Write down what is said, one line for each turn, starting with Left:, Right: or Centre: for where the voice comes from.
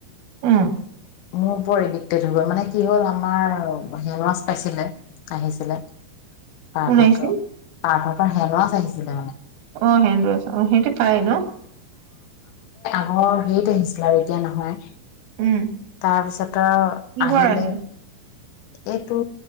Right: উম।
Left: মোৰ বৰ এডিক্টেড হৈ গ'ল, মানে কি হ'ল আমাৰ হেনৱাছ পাইছিলে, আহিছিলে। পাৰ্থহঁতৰ,
Right: কোন আহিছিল?
Left: পাৰ্থ পা হেনৱাছ আহিচিলে মানে।
Right: অ ', হেণ্ডৱাচ অ', হেইহটো পাই ন?
Left: অ' হেইত আহিছিল আৰু এতিয়া নহয়।
Right: উম।
Left: তাৰপিছত তাৰো
Right: কিহৰ
Left: আহিলে।
Right: আহে?
Left: এইটো